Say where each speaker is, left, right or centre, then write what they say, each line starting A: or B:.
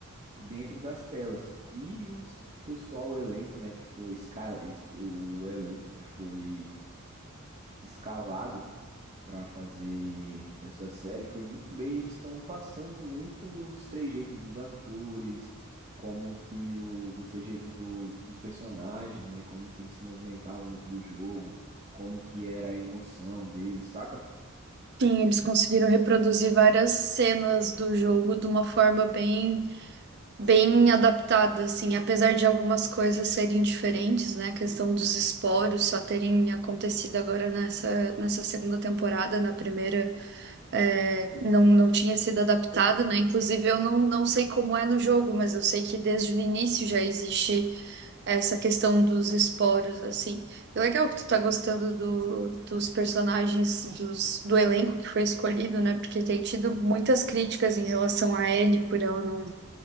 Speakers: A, on the right; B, on the right.
A: dentro das telas. E os pessoal, o elenco, né, que foi escala, esse que o elenco que foi escalado para fazer essa série foi muito bem. Eles estão passando muito os trejeitos dos atores, como que o, os trejeitos do, dos personagens, né? Como que eles se movimentavam dentro do jogo, como que era a emoção deles, saca?
B: Sim, eles conseguiram reproduzir várias cenas do jogo de uma forma bem, bem adaptada, assim, apesar de algumas coisas serem diferentes, né? A questão dos esporos só terem acontecido agora nessa, nessa segunda temporada, na primeira. é, não, não tinha sido adaptado, né? Inclusive, eu não, não sei como é no jogo, mas eu sei que desde o início já existe essa questão dos esporos, assim. É legal que tu tá gostando do, dos personagens, dos, do elenco que foi escolhido, né? Porque tem tido
A: Sim.
B: muitas críticas em relação a Ellie, por ela não